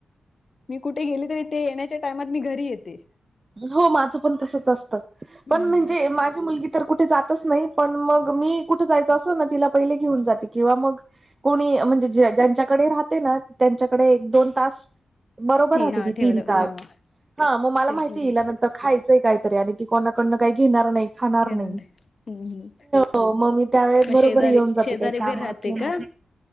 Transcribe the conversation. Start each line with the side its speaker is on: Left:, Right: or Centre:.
Left: मी कुठे गेले, तरी ते येण्याच्या टायमात मी घरी येते
Right: हो माझं पण तसच असतं
Left: हम्म
Right: पण म्हणजे माझी मुलगी तर कुठे जातच नाही, पण मग मी कुठं जायचं असल ना तिला पहिले घेऊन जाते, किंवा मग कोणी म्हणजे, ज्यांच्याकडे राहते ना त्यांच्याकडे एक दोन तास बरोबर
Left: ठीक
Right: राहते
Left: हा
Right: ती
Left: ठेवलं
Right: तीन तास
Left: हा
Right: हा मग
Left: शेजारी
Right: मला माहि त्या नंतर खायचंय काहीतरी आणि ती कोणाकडनं काही घेणार नाही खाणार
Left: घेणार
Right: नाही,
Left: हम्म हम्म
Right: हो मग मी त्या वळेस
Left: मग
Right: बरोबर
Left: शेजारी
Right: येऊन जाते
Left: शेजारी
Right: काही काम
Left: वगैरे राहते
Right: असले माझे
Left: का?
Right: ठीकय?